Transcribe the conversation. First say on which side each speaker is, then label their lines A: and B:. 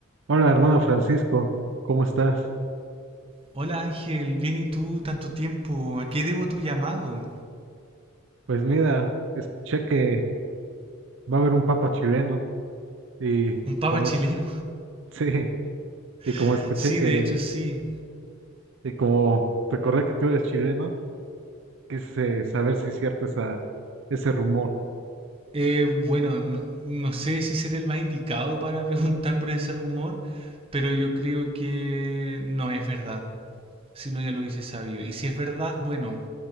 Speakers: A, on the right; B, on the right.
A: Hola, hermano Francisco, ¿cómo estás?
B: Hola Ángel, bien y tú, tanto tiempo. ¿A qué debo tu llamado?
A: Pues mira, escuché que va a haber un papa chileno y
B: ¿Un papa
A: como
B: chileno?
A: es- <laughs> sí, y como
B: <laughs>
A: escuché
B: Sí,
A: que
B: de hecho sí.
A: y como recordé que tú eres chileno, quise saber si es cierto esa, ese rumor.
B: Eh, bueno, no, no sé si seré el más indicado para <laughs> preguntar por ese rumor, pero yo creo que no es verdad. Si no, ya lo hubiese sabido. Y si es verdad, bueno,